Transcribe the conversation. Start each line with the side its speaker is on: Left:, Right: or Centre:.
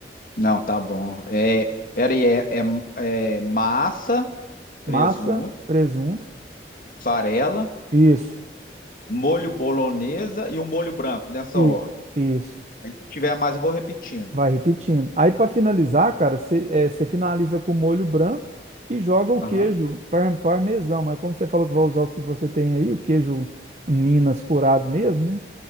Left: Não, tá bom. É, peraí, é, é, é massa,
Right: Massa,
Left: presunto,
Right: presunto,
Left: mussarela,
Right: isso,
Left: molho bolonhesa e o molho branco, dessa
Right: isso,
Left: ordem.
Right: isso.
Left: Aí se tiver mais, eu vou repetindo.
Right: Vai repetindo. Aí para finalizar, cara, você é, você finaliza com molho branco e joga o
Left: Aham.
Right: queijo par- parmesão. Mas como você falou que vai usar o que você tem aí, o queijo Minas curado mesmo, né?